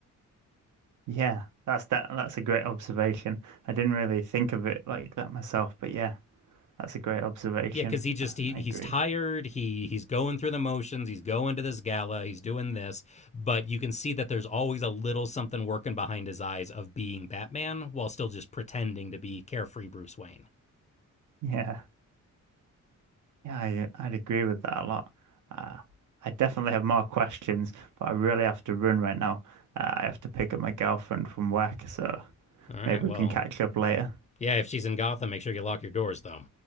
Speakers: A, on the right; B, on the left.
A: Yeah, that's that that's a great observation. I didn't really think of it like that myself, but yeah, that's a great observation.
B: Yeah, because he just
A: I
B: he
A: I
B: he's
A: agree.
B: tired. He he's going through the motions. He's going to this gala. He's doing this, but you can see that there's always a little something working behind his eyes of being Batman while still just pretending to be carefree Bruce Wayne.
A: Yeah. Yeah, I I'd agree with that a lot. Uh, I definitely have more questions, but I really have to run right now. Uh, I have to pick up my girlfriend from work, so
B: All right,
A: maybe we
B: well,
A: can catch up later.
B: yeah. If she's in Gotham, make sure you lock your doors though.